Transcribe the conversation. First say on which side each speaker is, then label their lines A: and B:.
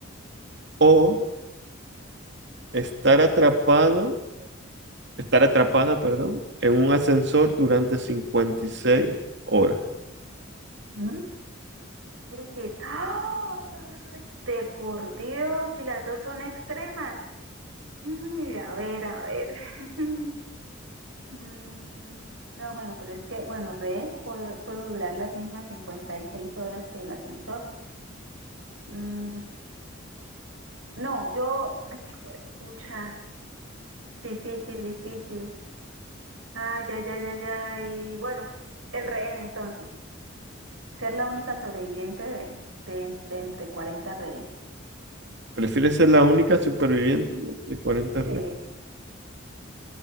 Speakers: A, on the right; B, on the right.
A: o estar atrapado, estar atrapada, perdón, en un ascensor durante cincuenta y seis horas?
B: ¿mm? Y si, ¡ay! De por Dios, y las dos son extremas. Uy, a ver, a ver. <laughs> Mm, No, bueno, pero es que, bueno, rehén, puedo, puedo durar las mismas 56 horas que el ascensor. Mm, no, yo, ay, pucha, difícil, difícil. Ay, ay, ay, ay, ay. Bueno, el rehén entonces. Ser la única sobreviviente de, de, de entre 40 rehenes.
A: ¿Prefieres ser la única superviviente de 40
B: Sí,
A: rehenes?